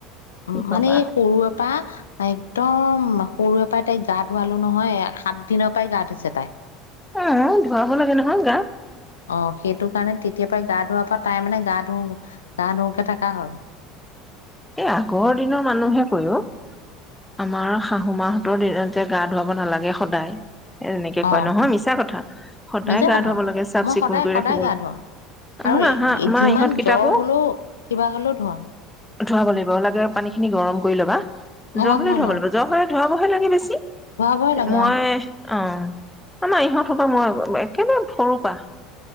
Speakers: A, on the left; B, in the centre.
A: উম'
B: কি কবা
A: মানে এই সৰুৰ পা তাই একদম সৰুৰে পৰাই তাইক গা ধোৱালো নহয়, এয়া সাত দিনৰ পৰাই গা ধুইছে তাই।
B: অ' ধুৱাব লাগে নহয় গা।
A: অ' সেইটো কাৰণে, তেতিয়াৰ পাই গা ধোৱাৰ পা তাই মানে গা ধুওঁ, গা ধুওঁকে থাকা হ'ল।
B: এ আগৰ দিনৰ মানুহে কয় অ। আমাৰ শাহু মাহঁতৰ দিনত যে গা ধুৱাব নালাগে সদায়। এ তেনেকে কয়,
A: অ
B: নহয় মিছা কথা, সদায়
A: মিছা
B: গা
A: কথা
B: ধুৱাব লাগে চাফ
A: মই
B: চিকুণ
A: সদায়
B: কৰি
A: সদায়
B: ৰাখিব
A: গা ধুৱাও
B: আমাৰ
A: আৰু এ
B: আহা আমাৰ
A: যিমান
B: ইহঁত কেইটাকো
A: জ্বৰ হ'লেও কিবা হ'লেও ধুৱাওঁ।
B: ধুৱাব লাগিব, লাগে পানী খিনি গৰম কৰি ল'বা।
A: মই
B: জ্বৰ
A: গম
B: হ'লেও
A: কৰি
B: ধুৱাব
A: লওঁ
B: লাগিব, জ্বৰ হ'লে ধোৱাবহে লাগে বেছি,
A: ধোৱা ভয় লাগে
B: মই
A: অ
B: অ' আমাৰ ইহঁত হঁতক মই একেবাৰে সৰু পা।